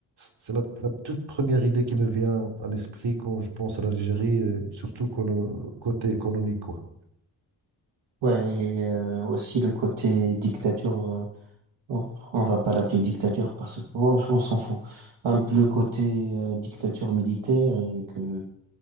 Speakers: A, on the right; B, on the right.
A: c'est la, la toute première idée qui me vient à l'esprit quand je pense à l'Algérie, euh, surtout qu'on- côté économique, quoi.
B: Ouais, et euh, aussi le côté dictature euh, Bon, on va pas l'appeler dictateur parce que oh, on s'en fout. Un peu le côté euh, dictature militaire et que